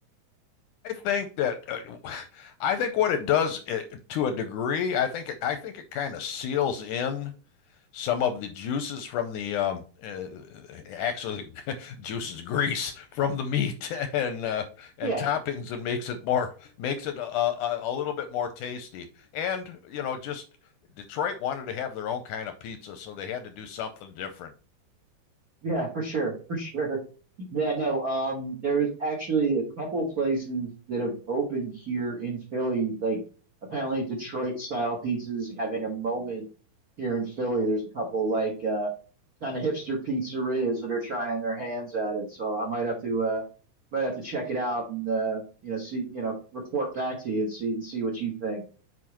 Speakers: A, on the left; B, on the right.
A: I think that uh, I think what it does uh to a degree, I think it I think it kind of seals in some of the juices from the um uh, actually <laughs> juices grease from the meat <laughs> and uh, and
B: Yeah.
A: toppings and makes it more makes it a, a, a little bit more tasty. And you know, just Detroit wanted to have their own kind of pizza, so they had to do something different.
B: Yeah, for sure, for sure. Yeah, no, um, there's actually a couple places that have opened here in Philly. Like apparently Detroit style pizza's having a moment here in Philly. There's a couple like uh kind of hipster pizzerias that are trying their hands at it. So I might have to uh might have to check it out and uh you know see you know report back to you and see and see what you think.